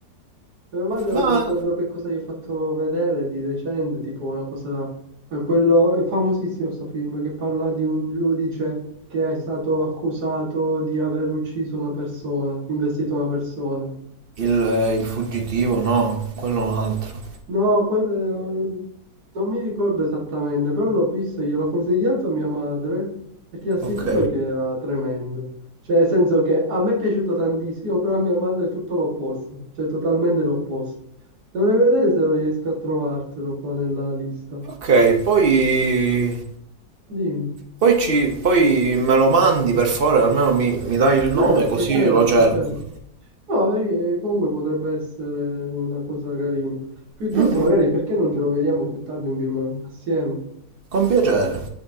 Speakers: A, on the right (about 75°); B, on the right (about 40°).
A: Mia madre non
B: Ma
A: mi ricordo che cosa gli ho fatto vedere di recente, tipo una cosa... eh, Quello... È famosissimo questo film che parla di un giudice che è stato accusato di aver ucciso una persona, investito una persona.
B: Il, eh, il fuggitivo, no, quello è un altro.
A: No, que- eh, non mi ricordo esattamente, però l'ho visto, gliel'ho consigliato a mia madre e ti assicuro
B: Ok.
A: che era tremendo. Cioè, nel senso che a me è piaciuto tantissimo, però a mia madre è tutto l'opposto, cioè totalmente l'opposto. Dovrei vedere se lo riesco a trovartelo qua nella lista.
B: Ok, poi,
A: Dimmi.
B: poi, ci, poi me lo mandi per favore, almeno mi, mi dai il nome
A: Certo,
B: così
A: certo,
B: io lo cerco.
A: certo. No, perché comunque potrebbe essere una cosa carina. Piuttosto,
B: Mhm,
A: magari, perché non ce lo vediamo più tardi un film assieme?
B: Con piacere,